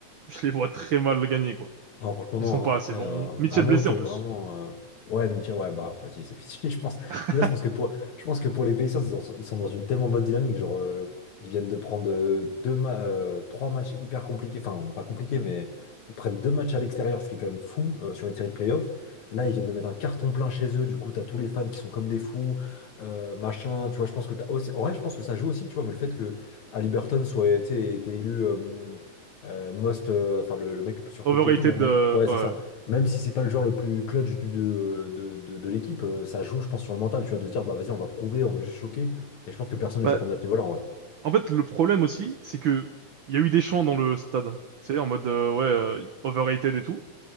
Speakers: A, on the right; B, on the left.
A: je les vois très mal gagner, quoi.
B: Non, franchement, non.
A: Ils sont pas
B: hein. Après,
A: assez bons.
B: euh,
A: Mitchell
B: à moins
A: blessé
B: que
A: en
B: vraiment.
A: plus.
B: euh, Ouais, Mitchell, ouais, bah, vas-y, c'est fini, <laughs> je pense.
A: <laughs>
B: Puis là, je pense que pour, je pense que pour les Pacers, ils, ont- ils sont dans une tellement bonne dynamique. Genre, euh, ils viennent de prendre euh, deux ma- euh, trois matchs hyper compliqués. Enfin, pas compliqués, mais ils prennent deux matchs à l'extérieur, ce qui est quand même fou euh, sur une série de playoffs. Là, ils viennent de mettre un carton plein chez eux. Du coup, t'as tous les fans qui sont comme des fous, euh, machin. Tu vois, je pense que t'as aussi. En vrai, je pense que ça joue aussi, tu vois, mais le fait que Haliburton soit été, été élu. euh, euh, Most, euh, enfin le, le mec le plus surcoté
A: Overrated,
B: et tout, bon, même,
A: euh,
B: ouais,
A: ouais.
B: c'est ça. Même si c'est pas le joueur le plus clutch du- de, de, de, de l'équipe, euh, ça joue, je pense, sur le mental, tu vois, de se dire, bah vas-y, on va prouver, on veut juste choquer. Et je pense que personne les
A: Bah,
B: attendait à ce niveau-là, en vrai.
A: en fait, le problème aussi, c'est que il y a eu des chants dans le stade. C'est en mode euh, ouais, euh, overrated et tout.